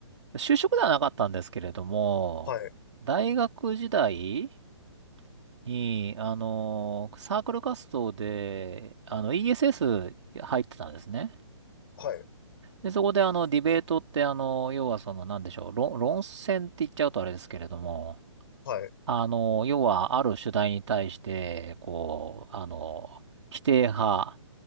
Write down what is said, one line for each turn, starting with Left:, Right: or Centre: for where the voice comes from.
Right: あ、就職ではなかったんですけれども、
Left: はい、
Right: 大学時代に、あの、サークル活動で、あの、ESS 入ってたんですね。
Left: はい、
Right: で、そこであの、ディベートって、あの、要はその、なんでしょう、論、論戦って言っちゃうとあれですけれども、
Left: はい、
Right: あの、要は、ある主題に対して、こう、あの、否定派、